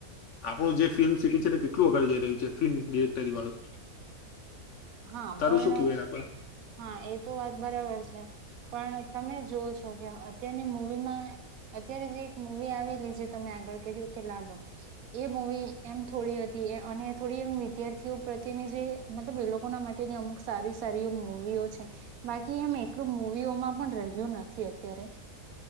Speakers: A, on the left; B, on the right.
A: આપણું જે ફિલ્મ સિટી છે તે કેટલું વગાડી જઈ છે ફિલ્મિરેક્ટરી વાળું
B: હા
A: તારું
B: પણ
A: શું કેવાય
B: હા એ તો વાત બરાબર છે પણ તમે જોવ છો કે અત્યારની મવીમાં અત્યારે જે એક મવી આવેલી જે તમે આગળ કહ્યું કે લાલુ એ મવી એમ થોડી હતી અને થોડી એમ વિદ્યાર્થીઓ પ્રત્યેની જે મતલબ એ લોકો ના માટેની અમુક સારી સારી છે બાકી એમ એટલું મુવીઓમાં પણ રહ્યું નથી અત્યારે